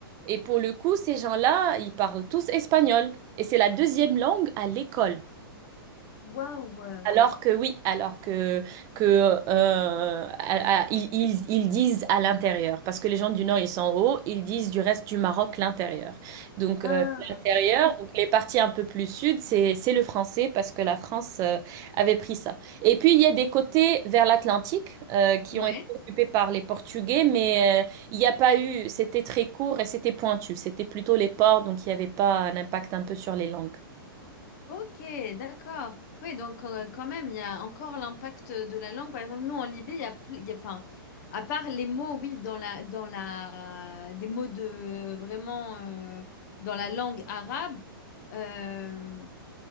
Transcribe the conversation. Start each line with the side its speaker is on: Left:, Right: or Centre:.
Right: Et pour le coup, ces gens-là, ils parlent tous espagnol. Et c'est la deuxième langue à l'école.
Left: Waouh.
Right: Alors que oui, alors que que euh, à- à- ils, ils- ils disent à l'intérieur, parce que les gens du Nord ils sont en haut, ils disent du reste du Maroc l'intérieur. Donc
Left: Ah,
Right: euh, l'intérieur, donc les parties un peu plus sud, c'est c'est le français parce que la France euh, avait pris ça. Et puis il y a des côtés vers l'Atlantique euh, qui
Left: ouais.
Right: ont été occupés par les Portugais, mais euh, il n'y a pas eu, c'était très court et c'était pointu, c'était plutôt les ports, donc il n'y avait pas un impact un peu sur les langues.
Left: Ok, d'accord. Oui, donc euh, quand même, il y a encore l'impact de la langue. Par exemple, nous, en Libye, il y a, plus- il y a- enfin, à part les mots, oui, dans la, dans la, des mots de vraiment euh, dans la langue arabe. euh,